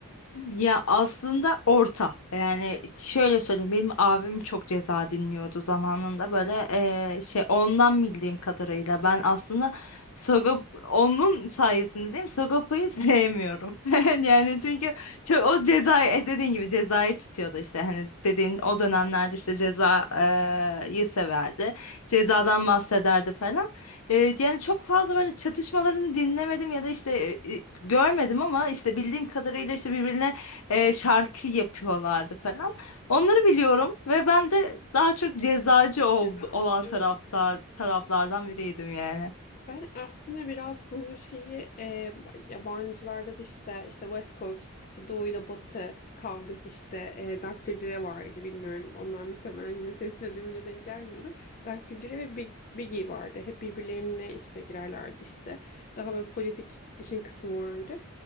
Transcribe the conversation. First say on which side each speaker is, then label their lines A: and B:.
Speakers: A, on the left; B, on the left.
A: Ya aslında orta. Yani şöyle söyleyeyim benim abim çok ceza dinliyordu zamanında böyle eee, şey ondan bildiğim kadarıyla ben aslında Sagop onun sayesinde değil mi Sagopa'yı sevmiyorum. <laughs> Yani çünkü çok o cezayı dediğin gibi cezayı tutuyordu işte hani dediğin o dönemlerde işte cezayı severdi. Cezadan bahsederdi falan. Ee, yani çok fazla böyle çatışmalarını dinlemedim ya da işte e, e, görmedim ama işte bildiğim kadarıyla işte birbirine e, şarkı yapıyorlardı falan. Onları biliyorum ve ben de daha çok cezacı ol-
B: Ceza,
A: olan taraftar
B: değil mi?
A: taraflardan biriydim yani.
B: Ben aslında biraz bu şeyi e, yabancılarda da işte işte West Coast, işte Doğu ile Batı kavgası işte e, Dr. Dre vardı bilmiyorum. Onlar muhtemelen yine senin dönemine denk gelmiyordur. Dr. Dre ve Big, Biggie vardı. Hep birbirlerine işte girerlerdi işte. Daha böyle politik işin kısmı vardı.